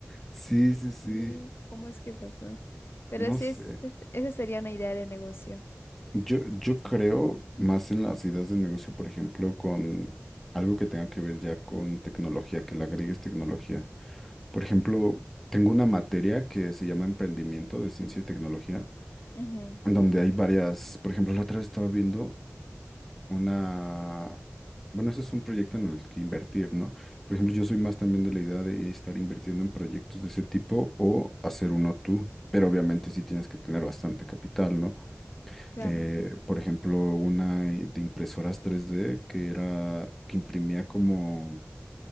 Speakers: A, in the centre; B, on the left (about 65°).
A: Sí, sí, sí.
B: Sí, ¿cómo es que pasó? Pero
A: No
B: sí,
A: sé,
B: es, es- esa sería una idea de negocio.
A: yo, yo creo más en las ideas de negocio, por ejemplo, con algo que tenga que ver ya con tecnología, que le agregues tecnología. Por ejemplo, tengo una materia que se llama Emprendimiento de Ciencia y Tecnología,
B: Ujú,
A: donde hay varias, por ejemplo, la otra vez estaba viendo una, bueno, ese es un proyecto en el que invertir, ¿no? Por ejemplo, yo soy más también de la idea de estar invirtiendo en proyectos de ese tipo o hacer uno tú, pero obviamente sí tienes que tener bastante capital, ¿no?
B: claro,
A: Eh, por ejemplo, una de impresoras 3D que era, que imprimía como,